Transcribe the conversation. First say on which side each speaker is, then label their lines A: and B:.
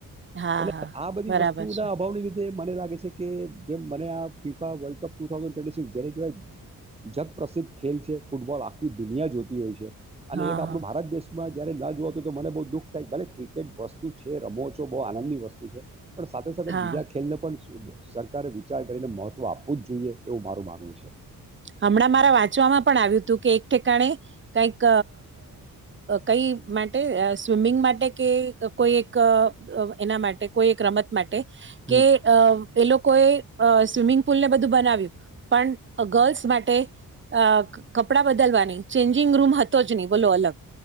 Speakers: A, on the right; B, on the right.
A: હા
B: એટલે
A: હા
B: આ બધી
A: બરાબર
B: વસ્તુઓ
A: છે
B: ના અભાવની લીધે તે મને લાગે છે કે જેમ મને આ FIFA World Cup two thousand twenty six જેને કહેવાય જગપ્રસિદ્ધ ખે છે ફૂટબોલ આખી દુનિયા જોતી હોય છે. અને
A: હા
B: એક આપણું
A: હા
B: ભારત દેશ માં જયારે ન જોવ તો મને બહુ દુઃખ થાય ભલે ક કે વસ્તુ છે રમો છો બહુ આનંદની વસ્તુ છે. પણ સાથે સાથે
A: હા
B: બીજા ખેલને પણ સરકારે વિચાર કરીને મહત્ત્વ આપવું જ જોઈએ. એવું મારું માનવું છે
A: હમણાં મારા વાંચવામાં પણ આવ્યું તું કે એક ઠિકણે કઈક કઈ માટે સ્વિમિંગ માટે કે કોઈ એક એના માટે કોઈ એક રમત માટે ટે
B: હમ
A: કે એ લોકો કોએ સ્વિમિંગ પુલ ને બધું બનાવ્યું. પણ ગર્લ્સ માટે, અ કપડા બદલવાની ચેન્જિંગ રૂમ હતો જ નહી બોલો અલગ.